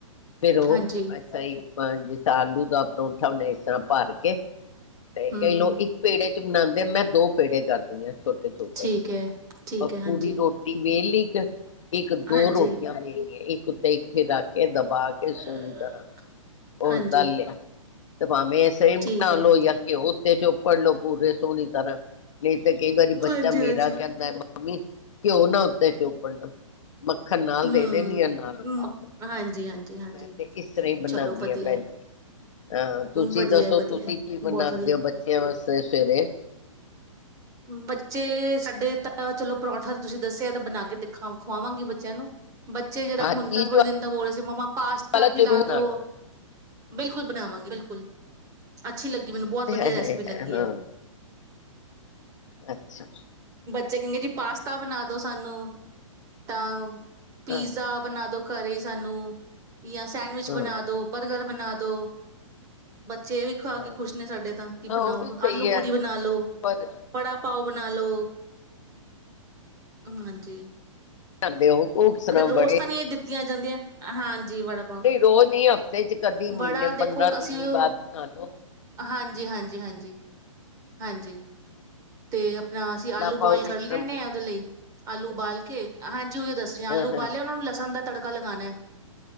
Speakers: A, on the left; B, on the right.
A: ਫਿਰ ਉਹ
B: ਹਾਂਜੀ,
A: ਵੈਸਾ ਹੀ <unintelligible> ਜਿਦਾ ਆਲੂ ਦਾ ਪਰੋਂਂਠਾ ਓਨੂੰ ਇਦਾਂ ਭਰ ਕੇ ਤੇ
B: ਹੂੰ-ਹੂੰ,
A: ਕਈ <unintelligible> ਇੱਕ ਪੇੜੇ ਬਨਾਉਂਦੇ ਮੈਂ ਦੋ ਪੇੜੇ ਕਰਦੀ ਹਾਂ ਛੋਟੇ ਛੋਟੇ
B: ਠੀਕ
A: ਅ
B: ਹੈ, ਠੀਕ ਹੈ, ਹਾਂਜੀ,
A: ਪੂਰੀ ਰੋਟੀ ਵੇਲਲੀ ਕ ਇੱਕ ਦੋ
B: ਹਾਂਜੀ,
A: ਰੋਟੀਆਂ ਮਿਲ ਰਹੀਆਂ ਇੱਕ ਉਤੇ ਇਕ ਫਿਰਰੱਖ ਕੇ ਦੱਬ ਪਾ ਕੇ ਸੋਹਣੀ
B: ਅ,
A: ਤਰ੍ਹਾਂ ਉਹ
B: ਹਾਂਜੀ,
A: ਤ ਲਿਆ ਤੇ ਭਾਵੇਂ ਇਹ ਸੇਮ ਬਣਾ
B: ਠੀਕ ਹੈ,
A: ਲਓ ਜਾਂ ਘਿਓ ਤੇ ਚੋਪੜ ਲਓ ਪੂਰੇ ਸੋਹਣੀ ਤਰ੍ਹਾਂ ਨਹੀਂ ਤੇ ਕਈ ਵਾਰੀ ਬੱਚਾ
B: ਹਾਂਜੀ-ਹਾਂਜੀ,
A: ਮੇਰਾ ਕਹਿੰਦਾ ਮੰਮੀ ਘਿਉ ਨਾ ਉੱਤੇ ਚੋਪੜਨਾ ਮੱਖਣ ਨਾਲ
B: ਹੂੰ,
A: ਦੇ ਦੇਨੀ ਆ ਨਾਲ ਖਾ
B: ਮ
A: ਲਓ
B: ਹਾਂਜੀ-ਹਾਂਜੀ, ਹਾਂਜੀ, ਹਾਂਜੀ,
A: ਮੈਂ ਤੇ ਇਸ ਤਰ੍ਹਾਂ ਹੀ ਬਣਾਉਂਦੀ
B: ਚਲੋ ਵਧੀਆ।
A: ਹਾਂ ਭੈਣ ਜੀ ਹਾਂ ਤੁਸੀਂ
B: ਵਧੀਆ
A: ਦੱਸੋ
B: ਹੈ, ਵਧੀਆ
A: ਤੁਸੀਂ
B: ਹੈ,
A: ਕੀ ਬਣਾਉਂਦੇ
B: ਬਹੁਤ ਵਧੀਆ
A: ਹੋ ਬੱਚਿਆਂ ਵਾਸਤੇ ਸਵੇਰੇ
B: ਬੱਚੇ ਸਾਡੇ ਤਾਂ ਚਲੋ ਪਰੌਠਾ ਤੁਸੀਂ ਦੱਸਿਆ ਤਾਂ ਬਣਾ ਕੇ ਦਿਖਾ ਖਵਾਵਾਂਗੀ ਬੱਚਿਆਂ ਨੂੰ ਬੱਚੇ ਜਿਹੜਾ
A: ਹਾਂ
B: ਹੁਣ
A: ਚੀਜ਼
B: ਤਾਂ ਥੋੜੇ ਦਿਨ ਦਾ ਬੋਲ ਰਹੇ ਸੀ ਮੰਮਾ ਪਾਸਤਾ
A: ਵਾਲਾ
B: ਖਿਲਾ
A: ਜ਼ਰੂਰ ਬਣਾਉਣਾ
B: ਦੋ ਬਿਲਕੁਲ ਬਣਾਵਾਂਗੇ ਬਿਲਕੁਲ ਅੱਛੀ ਲੱਗੀ ਮੈਨੂੰ ਬਹੁਤ ਵਧੀਆ
A: ਹਾਂ
B: ਰੈਸਪੀ ਲੱਗੀ ਹੈ
A: ਅੱਛਾ
B: ਚੰਗੇ ਜੀ ਪਾਸ ਤਾ ਬਣਾ ਦੋ ਸਾਨੂੰ ਤਾਂ ਪੀਜ਼ਾ
A: ਹਾਂ
B: ਬਣਾ ਦੋ ਘਰੇ ਈ ਸਾਨੂੰ। ਜਾਂ ਸੈਂਡਵਿਚ
A: ਹਾਂ
B: ਬਣਾ ਦੋ ਬਰਗਰ ਬਣਾ ਦੋ ਬੱਚੇ ਇਹ ਵੀ ਖਾ
A: ਹਾਂ
B: ਕੇ ਖੁਸ਼ ਨੇ ਸਾਡੇ ਤਾਂ ਕਿ
A: ਹਾਂ
B: ਬਣਾਓ
A: ਉਹ ਵੀ ਸਹੀ
B: ਆਲੂ ਪੂੜੀ
A: ਹੈ
B: ਬਣਾ ਲਓ।
A: ਪਰ
B: ਵੜਾ ਪਾਓ ਬਣਾ ਲੋ। ਹਾਂਜੀ।
A: ਜਾਂਦੇ ਉਹ। ਕਿਸ ਤਰ੍ਹਾਂ
B: ਮਤਲਬ ਰੋਸ
A: ਬੜੇ
B: ਤਾਂ ਨਹੀਂ ਇਹ ਦਿੱਤੀਆਂ ਜਾਂਦੀਆਂ ਹਾਂਜੀ, ਵੜਾ ਪਾਓ,
A: ਨਹੀਂ ਰੋਜ਼ ਨਹੀਂ ਹਫ਼ਤੇ ਚ ਕਦੀ ਮਹੀਨੇ
B: ਵੜਾ
A: ਪੰਦਰਾਂ
B: ਦੇਖੋ
A: ਦਿਨੀ
B: ਅਸੀਂ ਉਹ
A: ਬਾਅਦ ਬਣਾ ਲੋ
B: ਹਾਂਜੀ, ਹਾਂਜੀ, ਹਾਂਜੀ। ਹਾਂਜੀ ਤੇ। ਨਾ ਅਸੀਂ ਆਲੂ
A: ਲਾ
B: ਬੋਇਲ
A: ਪਾਓ
B: ਕਰ
A: ਕਿਸ
B: ਲੈਣੇ
A: ਤਰ੍ਹਾਂ
B: ਹਾਂ ਉਹਦੇ ਲਈ ਆਲੂ ਉਬਾਲ ਕੇ ਹਾਂਜੀ ਉ ਦੱਸ ਆਲੂ
A: ਹਾਂ ਹਾਂ
B: ਬਾਲੇ ਉਹਨਾਂ ਨੂੰ ਲਸਣ। ਦਾ ਤੜਕਾ ਲਗਾਉਣਾ।